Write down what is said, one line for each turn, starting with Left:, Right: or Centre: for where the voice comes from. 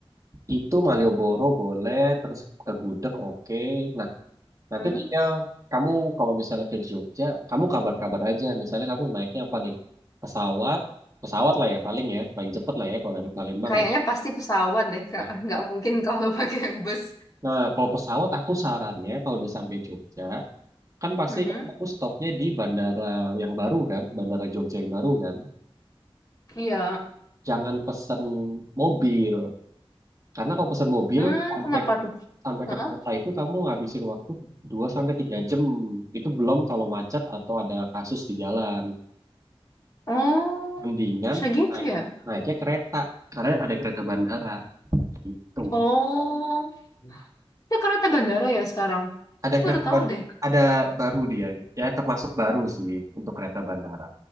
Right: itu Malioboro boleh terus ke Gudeg oke nah nanti
Left: Hmm,
Right: tinggal kamu kalau misalnya ke Jogja kamu kabar-kabar aja misalnya kamu naiknya apa nih pesawat pesawat lah ya paling ya paling cepet lah ya kalau dari Palembang
Left: kayaknya
Right: ya
Left: pasti pesawat deh Kak,
Right: Ah,
Left: nggak mungkin <laughs> kalau pakai bus.
Right: Nah, kalau pesawat aku sarannya kalau udah sampai Jogja, kan pasti
Left: Mm-mm.
Right: kan aku stopnya di bandara yang baru kan, bandara Jogja yang baru kan.
Left: Iya.
Right: Jangan pesen mobil. Karena kalau pesen mobil
Left: Hmm,
Right: sampai
Left: kenapa tuh?
Right: sampai
Left: Heeh.
Right: ke kota itu kamu ngabisin waktu 2 sampai 3 jam. Itu belum kalau macet atau ada kasus di jalan.
Left: Oh,
Right: Mendingan
Left: segitu
Right: naik
Left: ya.
Right: naiknya kereta karena ada kereta bandara gitu.
Left: Oh, itu karena ada bandara ya sekarang.
Right: Ada
Left: Aku
Right: kereta
Left: baru tahu
Right: ban
Left: deh.
Right: ada baru dia, ya termasuk baru sih untuk kereta bandara.